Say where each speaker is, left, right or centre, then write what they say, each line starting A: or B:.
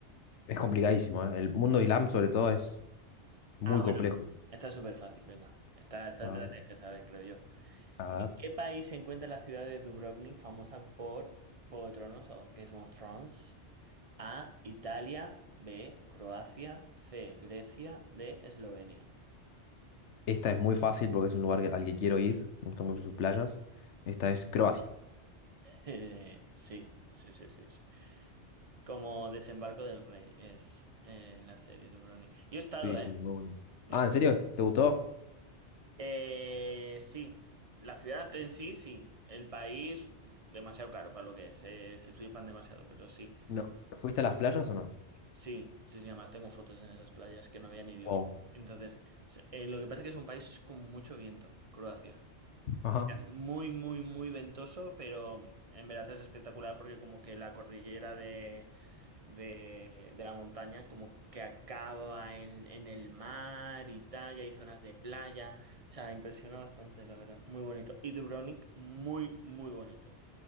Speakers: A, on the left (about 80°); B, on the right (about 35°).
A: Es complicadísimo, ¿eh? El mundo
B: Sí.
A: islam, sobre todo, es muy
B: Ah,
A: complejo.
B: Está súper fácil, venga. Esta, esta
A: A
B: te la
A: ver,
B: tienes que saber, creo yo.
A: a ver.
B: ¿En qué país se encuentra la ciudad de Dubrovnik, famosa por Juego de Tronos o Game of Thrones? A, Italia, B, Croacia, C, Grecia, D, Eslovenia. <laughs>
A: Esta es muy fácil porque es un lugar que- al que quiero ir. Me gustan mucho sus playas. Esta es Croacia.
B: Eh, sí, sí, sí, sí, sí. Como Desembarco del Rey es eh, en la serie de Dubrovnik. Yo he estado,
A: Sí,
B: ¿eh?
A: sí, muy bueno.
B: Yo
A: Ah,
B: he est-
A: ¿en serio? ¿Te gustó?
B: Eh, sí, la ciudad en sí, sí. El país, mm, demasiado caro para lo que es. eh, se flipan demasiado, pero sí.
A: No. ¿Fuiste a las playas o no?
B: Sí, sí, sí, además tengo fotos en esas playas que no había ni Dios.
A: Wow.
B: Entonces, s- eh, lo que pasa es que es un país con mucho viento, Croacia. O
A: Ajá.
B: sea, muy, muy, muy ventoso, pero mm, en verdad es espectacular porque como que la cordillera de, de, de la montaña como que acaba en, en el mar y tal, y hay zonas de playa. O sea, impresiona bastante, la verdad. Muy bonito. Y Dubrovnik, muy, muy bonito.